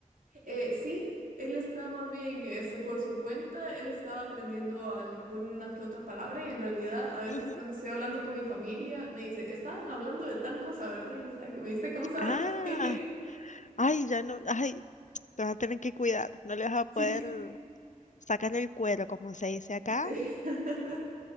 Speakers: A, on the right (about 90°); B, on the left (about 65°).
A: Eh, sí, él está más bien este, por su cuenta, él estaba aprendiendo alguna que otra palabra y en realidad a veces
B: Ujú.
A: cuando estoy hablando con mi familia me dice, estaban hablando de tal cosa, ¿verdad? Y yo estaba como, me dice, ¿cómo sabe?
B: Ah,
A: <laughs>
B: ay, ya no, ay, te vas a tener que cuidar. No le vas a poder
A: Sí,
B: sacar el cuero, como se dice acá,
A: sí, <laughs>